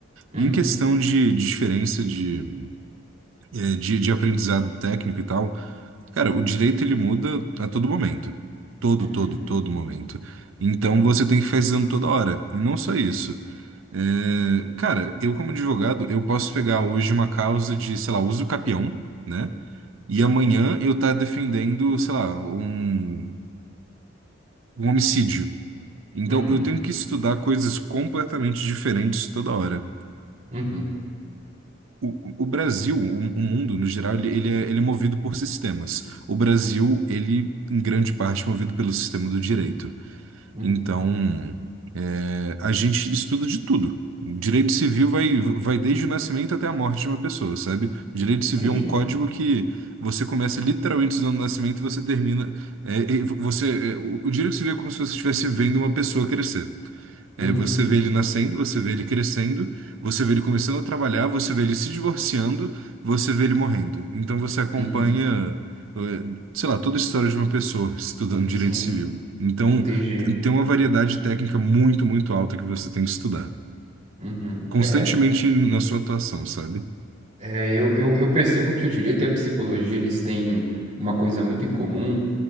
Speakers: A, on the right; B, on the right.
A: uhum,
B: Em questão de, de diferença de, eh, de, de aprendizado técnico e tal, Cara, o direito ele muda a todo momento. Todo,
A: uhum,
B: todo, todo momento. Então você tem que ficar estudando toda hora. E não só isso. É, Cara, eu como advogado, eu posso pegar hoje uma causa de, sei lá, uso capião, né? E amanhã eu tá defendendo, sei lá, um, um homicídio. Então
A: uhum,
B: eu tenho que estudar coisas completamente diferentes toda hora.
A: uhum,
B: O, o Brasil, o, o mundo no geral, ele, ele é, ele é movido por sistemas. O Brasil, ele, em grande parte, é movido pelo sistema do direito.
A: uhum.
B: Então, é, a gente estuda de tudo. Direito civil vai, vai desde o nascimento até a morte de uma pessoa, sabe? Direito civil
A: Entendi.
B: é um código que você começa literalmente usando o nascimento e você termina. é, e você, é, o, o direito civil é como se você estivesse vendo uma pessoa crescer. É,
A: Uhum,
B: você vê ele nascendo, você vê ele crescendo, você vê ele começando a trabalhar, você vê ele se divorciando, você vê ele morrendo. Então você acompanha,
A: uhum.
B: eh, sei lá, toda a história de uma pessoa estudando direito
A: Sim,
B: civil. Então
A: entendi.
B: tem uma variedade técnica muito, muito alta que você tem que estudar.
A: Uhum.
B: Constantemente
A: É,
B: na sua atuação, sabe?
A: é eu, eu, eu percebo que o direito e a psicologia, eles têm uma coisa muito em comum,